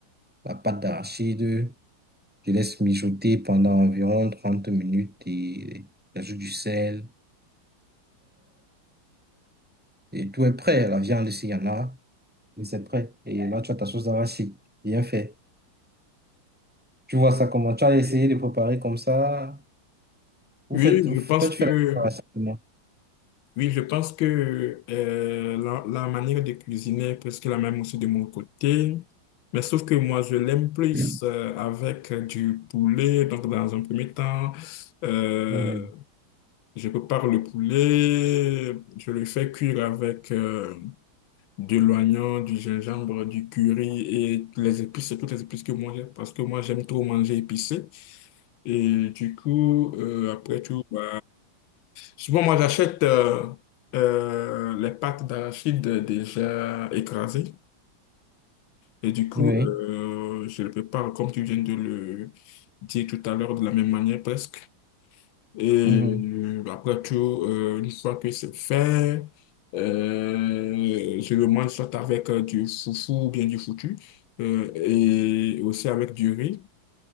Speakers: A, in the centre; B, on the left.
A: la pâte d'arachide. Je laisse mijoter pendant environ 30 minutes et j'ajoute du sel. Et tout est prêt. La viande, s'il y en a. et c'est prêt. Et là, tu as ta sauce d'arachide. Bien fait. Tu vois ça comment? Tu as essayé de préparer comme ça. Vous
B: Oui,
A: faites, vous-
B: je pense
A: toi, tu
B: que,
A: fais la préparation moi.
B: oui, je pense que euh, la, la manière de cuisiner est presque la même aussi de mon côté. Mais sauf que moi, je l'aime plus
A: Mhm.
B: euh, avec du poulet. Donc, dans un premier temps, euh,
A: Mhm.
B: je prépare le poulet. Je le fais cuire avec euh, de l'oignon, du gingembre, du curry et les épices, toutes les épices que moi j'aime. Parce que moi, j'aime trop manger épicé. Et du coup, euh, après tout, bah, souvent moi j'achète euh, euh, les pâtes d'arachide déjà écrasées. Et du coup,
A: Oui.
B: euh, je le prépare comme tu viens de le dire tout à l'heure, de la même manière presque. Et euh,
A: Mhm.
B: après tout, euh, une fois que c'est fait, euh, je le mange soit avec euh, du foufou ou bien du foutu, euh, et aussi avec du riz,